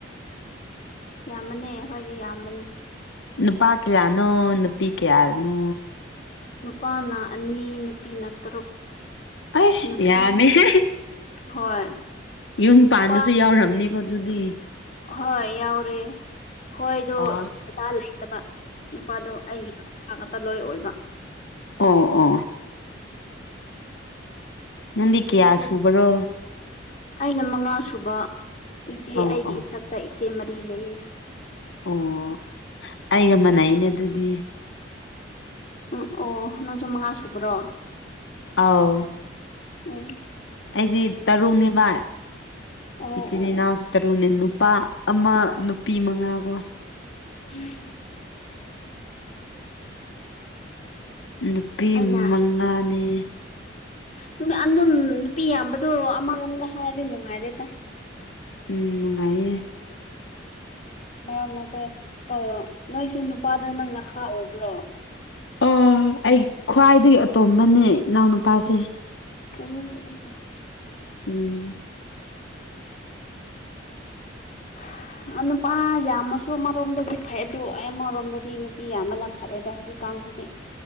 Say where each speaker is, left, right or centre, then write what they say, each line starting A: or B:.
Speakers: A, on the left; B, on the left.
A: ꯌꯥꯝꯃꯅꯦ ꯑꯩꯈꯣꯏꯗꯤ ꯌꯥꯝꯕꯅꯦ
B: ꯅꯨꯄꯥ ꯀꯌꯥꯅꯣ ꯅꯨꯄꯤ ꯀꯌꯥꯔꯅꯣ
A: ꯅꯨꯄꯥꯅ ꯑꯅꯤ ꯅꯨꯄꯤꯅ ꯇꯔꯨꯛ
B: ꯑꯩꯁ
A: ꯅꯨꯄꯤ
B: ꯌꯥꯃꯦꯍꯦ
A: ꯍꯣꯏ
B: ꯌꯨꯝ ꯄꯥꯟꯕꯁꯨ
A: ꯅꯨꯄꯥ
B: ꯌꯥꯎꯔꯝꯅꯤꯀꯣ ꯗꯨꯗꯤ
A: ꯍꯣꯏ ꯌꯥꯎꯔꯦ ꯑꯈꯣꯏꯗꯣ
B: ꯑꯣ
A: ꯗꯗꯥ ꯂꯩꯠ ꯅꯠꯇꯕ ꯅꯨꯄꯥꯗꯣ ꯑꯩꯒꯤ <unintelligible> ꯇ ꯂꯣꯏ ꯑꯣꯏꯕ
B: ꯑꯣ ꯑꯣ ꯅꯪꯗꯤ
A: ꯏꯆꯦ
B: ꯀꯌꯥ
A: ꯍꯣꯏ
B: ꯁꯨꯕꯔꯣ
A: ꯑꯩꯅ ꯃꯉꯥꯁꯨꯨꯕ ꯏꯆꯦ
B: ꯑꯣ
A: ꯑꯩꯒꯤ
B: ꯑꯣ
A: ꯏꯊꯛ ꯒ ꯏꯆꯦ ꯃꯔꯤ ꯂꯩꯌꯦ
B: ꯑꯣ ꯑꯩꯒ ꯃꯥꯟꯅꯥꯏꯅꯦ ꯑꯗꯨꯗꯤ
A: ꯎꯝ ꯑꯣ ꯅꯪꯁꯨ ꯃꯉꯥ ꯁꯨꯕ꯭ꯔꯣ
B: ꯑꯥꯎ
A: ꯎꯝ
B: ꯑꯩꯗꯤ ꯇꯔꯨꯛꯅꯤꯚꯥ
A: ꯑꯣ ꯑꯣ
B: ꯏꯆꯤꯟ
A: ꯑꯣ
B: ꯏꯅꯥꯎꯁ ꯇꯔꯨꯛꯅꯦ ꯅꯨꯄꯥ ꯑꯃ ꯅꯨꯄꯤ ꯃꯉꯥ ꯀꯣ
A: ꯎ ꯎꯝ
B: ꯅꯨꯄꯤ
A: ꯑꯩꯅ
B: ꯃꯉꯥꯅ‌ꯦ
A: ꯗꯨꯝ ꯑꯗꯨꯝ ꯅꯨꯄꯤ ꯌꯥꯝꯕꯗꯣ ꯑꯃꯔꯣꯝꯗ ꯍꯥꯏꯔꯗꯤ ꯅꯨꯡꯉꯥꯏꯔꯦꯗ
B: ꯎꯝ ꯅꯨꯡꯉꯥꯏꯌꯦ
A: ꯃ <unintelligible> ꯗꯨ ꯑꯣ ꯅꯣꯏꯁꯨ ꯅꯨꯄꯥꯗ‌ꯣ ꯅꯪ ꯅꯈꯥ ꯑꯣꯏꯕ꯭ꯔꯣ
B: ꯑ‌ꯣ ꯑꯩ ꯈ꯭ꯋꯥꯏꯗꯒꯤ ꯑꯇꯣꯝꯕꯅꯦ ꯏꯅꯥꯎꯅꯨꯄꯥꯁꯦ
A: <unintelligible>
B: ꯎꯝ
A: <unintelligible> ꯑ ꯅꯨꯄꯥ ꯌꯥꯝꯃꯁꯨ ꯑꯃꯔ‌ꯣꯝꯗꯗꯤ ꯐꯩ ꯑꯗ‌ꯣ ꯑꯩꯃꯔꯣꯝꯗꯗꯤ ꯅꯨꯄꯤ ꯌꯥꯝꯕꯅ ꯐꯔꯦ‌ꯗ ꯍꯧꯖꯤꯛꯀꯥꯟꯁꯤꯗꯤ